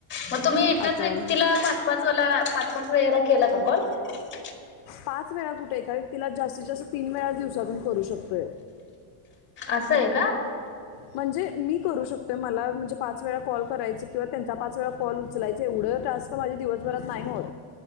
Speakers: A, on the left; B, on the left.
A: मग तुम्ही एकाच
B: आता
A: व्यक्तीला पाच पाच वाला पाच पाच वेळेला केला का कॉल? <unintelligible>
B: पाच वेळा कुठे कारण तिला जास्तीत जास्त तीन वेळा दिवसातून करू शकतोय.
A: असं आहे का?
B: म्हणजे मी करू शकतोय मला म्हणजे पाच वेळा कॉल करायच किंवा त्यांचा पाच वेळा कॉल उचलायच एवढं टस्क माझे दिवसभरात नाही होत.